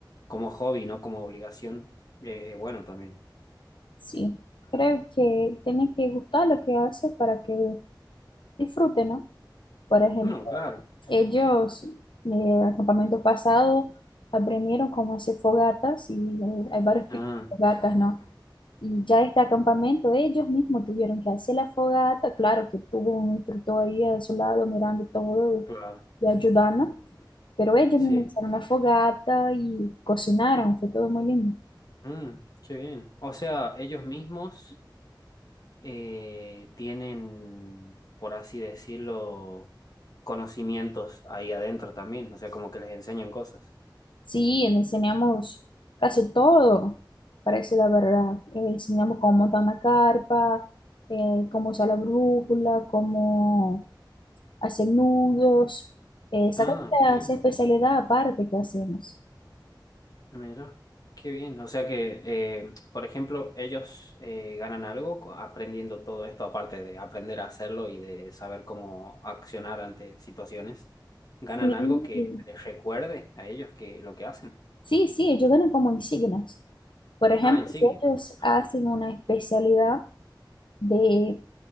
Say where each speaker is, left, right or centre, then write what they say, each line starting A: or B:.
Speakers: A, on the left; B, on the left.
A: como hobby, no como obligación, es bueno también.
B: Sí, creo que tienen que gustar lo que hace para que disfruten, ¿no? Por ejemplo.
A: No, claro.
B: Ellos, eh, el campamento pasado, aprendieron cómo hacer fogatas y eh, hay varios tipos
A: Ah,
B: de fogatas, ¿no? Y ya este campamento, ellos mismos tuvieron que hacer la fogata. Claro que tuvo un instructor ahí a su lado mirando todo
A: claro.
B: y ayudando, pero ellos
A: Sí.
B: mismos hicieron la fogata y cocinaron, fue todo muy lindo.
A: Mm, qué bien. O sea, ellos mismos eh, tienen, por así decirlo, conocimientos ahí adentro también, o sea, como que les enseñan cosas.
B: Sí, le enseñamos casi todo, parece la verdad. Eh, enseñamos cómo montar una carpa, eh, cómo usar la brújula, cómo hacer nudos, eh, sacar
A: Ah, qué bien.
B: esa especialidad aparte que hacemos.
A: Mira, qué bien. O sea que, eh, por ejemplo, ellos eh, ganan algo co- aprendiendo todo esto, aparte de aprender a hacerlo y de saber cómo accionar ante situaciones. ¿Ganan
B: Sí,
A: algo que les recuerde a ellos que lo que hacen?
B: sí, sí, ellos ganan como insignias. Por ejemplo,
A: Ah, insignia.
B: si ellos hacen
A: Okay.
B: una especialidad de